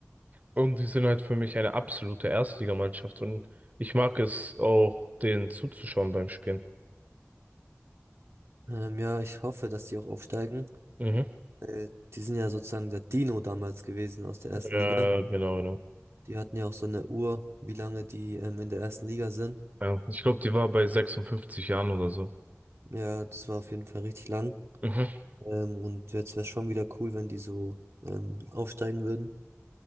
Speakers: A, on the right (about 35°); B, on the right (about 70°).
A: Und die sind halt für mich eine absolute Erstligamannschaft. Und ich mag es auch, denen zuzuschauen beim Spielen.
B: Ähm, ja, ich hoffe, dass die auch aufsteigen.
A: Mhm.
B: Äh, die sind ja sozusagen der Dino damals gewesen aus der
A: Ja,
B: ersten Liga.
A: genau, genau.
B: Die hatten ja auch so eine Uhr, wie lange die ähm, in der ersten Liga sind.
A: Ja, ich glaube, die war bei 56 Jahren oder so.
B: Ja, das war auf jeden Fall richtig lang.
A: Mhm.
B: Ähm, und jetzt wäre es schon wieder cool, wenn die so ähm, aufsteigen würden.